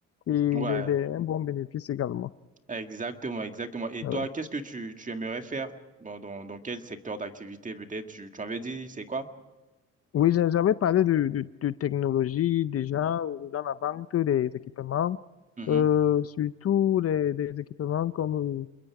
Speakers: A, on the left; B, on the right.
A: et
B: Ouais,
A: des, des- un bon bénéfice également.
B: exactement, exactement. Et
A: Ah
B: toi,
A: Ouais.
B: qu'est-ce que tu, tu aimerais faire? Bon, dans, dans quel secteur d'activité peut-être? Tu, tu avais dit, c'est quoi?
A: Oui, j'a- j'avais parlé de, de, de technologie déjà euh, dans la vente des équipements,
B: Mhm.
A: euh, surtout les, des équipements comme, euh,